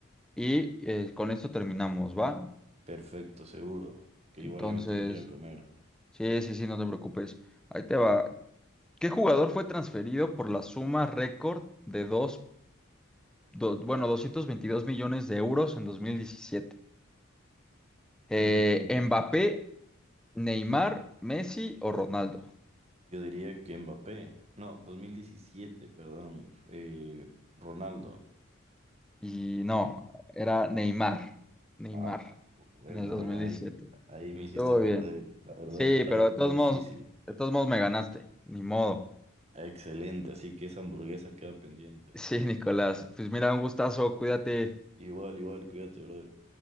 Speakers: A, in the centre; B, on the right (about 30°).
A: y eh, con esto terminamos, ¿va?
B: perfecto, seguro. Que
A: Entonces,
B: igual ya me tengo que ir a comer.
A: sí, sí, sí, no te preocupes. Ahí te va. ¿Qué jugador fue transferido por la suma récord de dos, do- bueno, 222 millones de euros en 2017? Eh,
B: Mm,
A: ¿Mbappé? Neymar, Messi o Ronaldo.
B: yo diría que Mbappé, no, 2017, perdón, eh, Ronaldo.
A: Y no, era Neymar. Neymar,
B: Ah, bueno,
A: en el dos
B: bueno,
A: mil diecisiete.
B: ahí, ahí me hiciste
A: Estuvo
B: perder.
A: bien.
B: La verdad
A: Sí,
B: estaba
A: pero de
B: muy
A: todos
B: difícil,
A: modos,
B: pero
A: de todos modos me ganaste. Ni modo. <laughs>
B: excelente. Así que esa hamburguesa queda pendiente.
A: Sí, Nicolás. Pues mira, un gustazo. Cuídate.
B: Igual, igual, cuídate, brother.